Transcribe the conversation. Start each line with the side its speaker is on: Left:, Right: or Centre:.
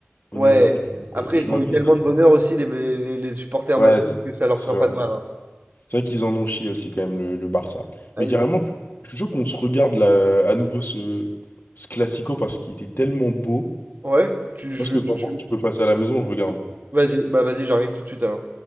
Left: honnêtement,
Right: Ouais.
Left: je,
Right: Après,
Left: je, je
Right: ils
Left: m'inquiéterais.
Right: ont eu tellement de bonheur aussi, les, les, les supporters
Left: Ouais,
Right: Madrid,
Left: c'est
Right: que ça leur
Left: c'est
Right: fera
Left: vrai.
Right: pas de mal. hein.
Left: C'est vrai qu'ils en ont chié aussi quand même le, le Barça.
Right: Ah,
Left: Mais
Right: ils
Left: carrément,
Right: ont...
Left: je suis chaud qu'on se regarde là, à nouveau ce, ce classico parce qu'il était tellement beau.
Right: Ouais, tu, je-
Left: Parce que
Right: tu-
Left: t'en
Right: tu-
Left: penses, tu peux passer à la maison, on le regarde.
Right: Vas-y, bah vas-y, j'arrive tout de suite alors.